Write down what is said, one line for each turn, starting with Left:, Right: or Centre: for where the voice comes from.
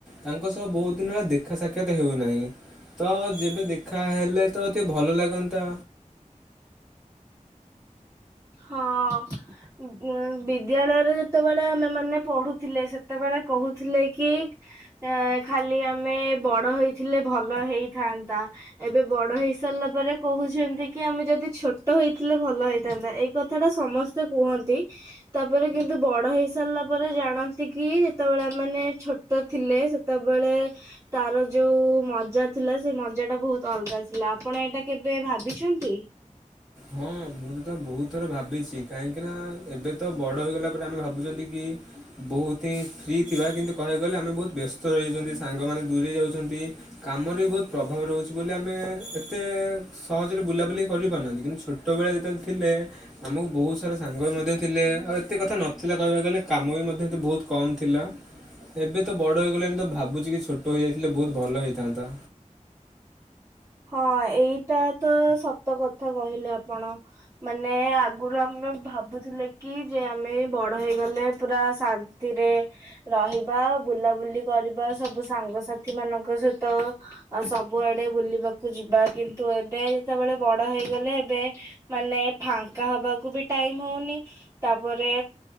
Centre: ତାଙ୍କ ସହ ବୁ କେଉଁ ଦିନ ହେଲା ଦେଖା ସାକ୍ଷାତ ହେଉନାହିଁ ତ ଯେବେ ଦେଖା ହେଲେ ତ ଟିକଏ ଭଲ ଲାଗନ୍ତା
Right: ହଁ। ଉ ବିଦ୍ୟାଳୟରେ ଯେତେବେଳେ ଆମେ ମାନେ ପଢୁଥିଲେ ସେତେବେଳେ କହୁଥିଲେ କି ଏ ଖାଲି ଆମେ ବଡ ହେଇଥିଲେ ଭଲ ହେଇଥାନ୍ତା ଏବେ ବଡ ହେଇସ ସାରିଲା ପରେ କହୁଛନ୍ତି କି ଆମେ ଯଦି ଛୋଟ ହେଇଥିଲେ ଭଲ ହେଇଥାନ୍ତା। କଥା ଟା ସମସ୍ତେ କୁହନ୍ତି ତାପରେ କିନ୍ତୁ ବଡ ହେଇସାରିଲା ପରେ ଜାଣନ୍ତି କି ଯେତେବେଳେ ମାନେ ଛୋଟ ଥିଲେ ସେତେବେଳେ ତାର ଯୋଉ ମଜା ଥିଲା ସେ ମଜାଟା ବହୁତ ଅଲଗା ଥିଲା ଆପଣ ଏଇଟା କେବେ ଭାବିଛନ୍ତି?
Centre: ହଁ। ମୁଁ ତ ତ ବହୁତ ଥର ଭାବିଛି କାହିଁକିନା ଏବେ ତ ବଡ଼ ହୋଇଗଲା ପରେ ଆମେ ଭାବୁଛନ୍ତି କି ବହୁତ ହିଁ ଫ୍ରି ଥିବା କିନ୍ତୁ କହିବାକୁ ଗଲେ ଆମେ ବହୁତ ବ୍ୟସ୍ତ ରହିଯାଇଛନ୍ତି ସାଙ୍ଗମାନେ ଦୂରେଇ ଯାଉଛନ୍ତି କାମରେ ବି ବହୁତ ପ୍ରଭାବ ରହୁଛି ବୋଲି ଆମେ ଏତେ ସହଜରେ ବୁଲାବୁଲି କରିପାରୁନାହାନ୍ତି କିନ୍ତୁ ଛୋଟବେଳେ ଯେତେବେଳେ ଥିଲେ ଆମକୁ ବହୁତ ସାରା ସାଙ୍ଗ ମଧ୍ୟ ଥିଲେ ଆଉ ଏତେ କଥା ନଥିଲା କହିବାକୁ ଗଲେ କାମ ବି ମଧ୍ୟ ଏତେ ବହୁତ କମ୍ ଥିଲା ଏବେ ତ ବଡ଼ ହେଇଗଲାଣି ତ ଭାବୁଛି କି ଛୋଟ ଟ ହେଯାଇଥିଲେ ବହୁତ ଭଲ ହେଇଥାନ୍ତା।
Right: ହଁ ଏଇଟା ତ ସତ କଥା କହିଲେ ଆପଣ ମାନେ ଆଗରୁ ଆେ ଭାବୁଥିଲେ କି ଯେ ଆମେ ବଡ ହେଇଗଲେ ପୁରା ଶାନ୍ତିରେ ରହିବା। ବୁଲାବୁଲି କରିବା ସବୁ ସାଙ୍ଗସାଥି ମାନଙ୍କ ସହିତ ସବୁଆଡେ ବୁଲିବାକୁ ଯିବା କିନ୍ତୁ ଏବେ ଯେତେବେଳେ ବଡ ହେଇଗଲେ ଏବେ ମାନେ ଫାଙ୍କା ହବାକୁ ବି ଟା ଇମ୍ ହଉନି ତାପରେ